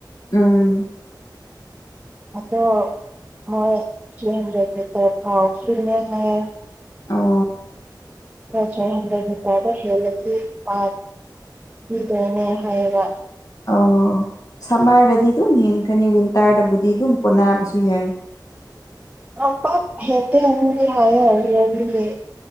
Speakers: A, on the left (about 50°); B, on the right (about 15°).
A: ꯎꯝ꯫
B: ꯑꯗꯣ ꯃꯣꯏ ꯊ꯭ꯔꯤ ꯍꯟꯗ꯭ꯔꯦꯗ ꯃꯤꯇꯔ ꯐꯥꯎ ꯐ꯭ꯔꯤꯅꯦ ꯍꯥꯏꯌꯦ꯫
A: ꯑꯣ
B: <unintelligible> ꯊ꯭ꯔꯤ ꯍꯟꯗ꯭ꯔꯦꯗ ꯃꯤꯇꯔꯗꯣ ꯍꯦꯜꯂꯗꯤ <unintelligible> ꯄꯤꯗꯣꯏꯅꯦ ꯍꯥꯏꯌꯦꯕ꯫
A: ꯑꯣ ꯁꯝꯃꯔꯗꯗꯤ ꯑꯗꯨꯝ ꯍꯦꯟꯈ꯭ꯔꯅꯤ ꯋꯤꯟꯇꯔꯗꯕꯨꯗꯤ ꯑꯗꯨꯝ ꯀꯣꯟꯅꯕꯁꯨ ꯌꯥꯏ
B: <unintelligible> ꯍꯦꯟꯗꯦ ꯅꯪꯗꯤ ꯍꯥꯏꯌꯦ <unintelligible> ꯍꯌꯦꯡ